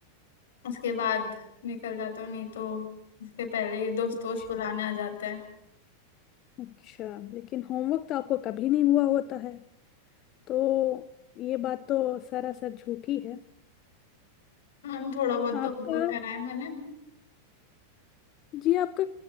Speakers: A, on the left; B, on the left.
A: उसके बाद निकल जाता हूँ नहीं तो उसके पहले ये दोस्त
B: अच्छा
A: दोस्त बुलाने आ जाते हैं
B: अच्छा लेकिन होमवर्क तो आपको कभी नहीं हुआ होता है तो ये बात तो सरासर झूठी है
A: मैम थोड़ा बहुत
B: आपका
A: तो होमवर्क करा है मैंने
B: जी आपका